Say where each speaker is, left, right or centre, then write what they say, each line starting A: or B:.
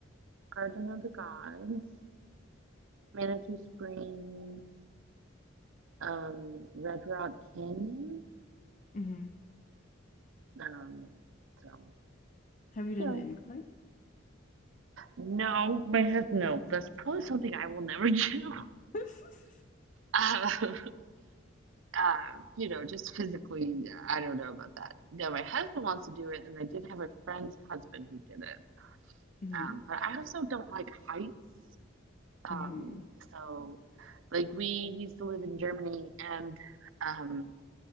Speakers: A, on the right; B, on the left.
A: Garden of the Gods. Manitou Springs, um, Red Rock Canyon.
B: hmm
A: Um, so,
B: Have you done
A: you know.
B: the incline?
A: No, my head, no.
B: Mm.
A: That's probably something I will never do.
B: <laughs>
A: Uh, <laughs> uh, you know, just physically, I don't know about that. No, my husband wants to do it, and I did have a friend's husband who did it.
B: Mm-hmm.
A: Um, but I also don't like heights.
B: hmm
A: Um, so, like, we used to live in Germany, and um,